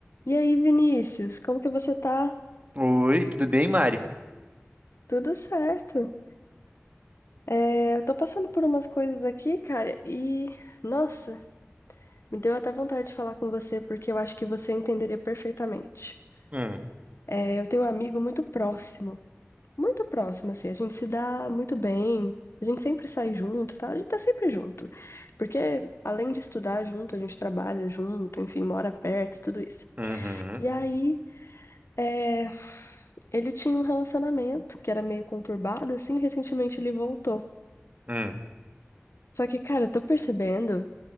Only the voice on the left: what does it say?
E aí, Vinícius, como que você tá?
Tudo certo. É, eu tô passando por umas coisas aqui, cara, e nossa, me deu até vontade de falar com você porque eu acho que você entenderia perfeitamente.
É, eu tenho um amigo muito próximo, muito próximo, assim, a gente se dá muito bem, a gente sempre sai junto, tá? A gente tá sempre junto, porque além de estudar junto, a gente trabalha junto, enfim, mora perto, tudo isso.
E aí, é, Ele tinha um relacionamento que era meio conturbado, assim, e recentemente ele voltou.
Só que, cara, eu tô percebendo